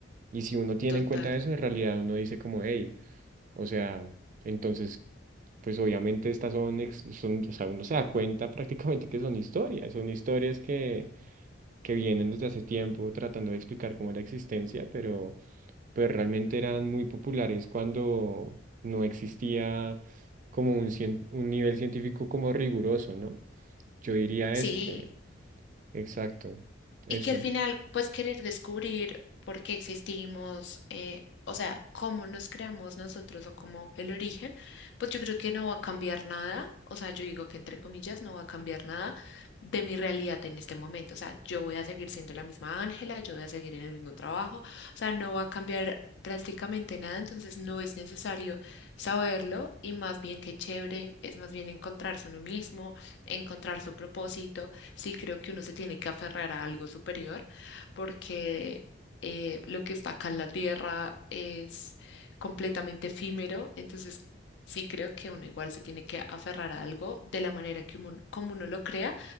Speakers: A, on the right; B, on the left.
A: Y si uno tiene
B: total.
A: en cuenta eso, en realidad uno dice como, hey, o sea, entonces, pues obviamente estas son, ex- son, o sea, uno se da cuenta <laughs> prácticamente que son historias, son historias que, que vienen desde hace tiempo tratando de explicar cómo es la existencia, pero, pero realmente eran muy populares cuando no existía como un, cien- un nivel científico como riguroso, ¿no? Yo diría
B: Sí,
A: eso, que, exacto, eso.
B: Y que al final, pues querer descubrir por qué existimos, eh, o sea, cómo nos creamos nosotros o cómo el origen, pues yo creo que no va a cambiar nada, o sea, yo digo que entre comillas no va a cambiar nada de mi realidad en este momento, o sea, yo voy a seguir siendo la misma Ángela, yo voy a seguir en el mismo trabajo, o sea, no va a cambiar drásticamente nada, entonces no es necesario saberlo y más bien que chévere, es más bien encontrarse uno mismo, encontrar su propósito sí creo que uno se tiene que aferrar a algo superior porque eh, lo que está acá en la tierra es completamente efímero, entonces sí creo que uno igual se tiene que aferrar a algo de la manera que uno, como uno lo crea,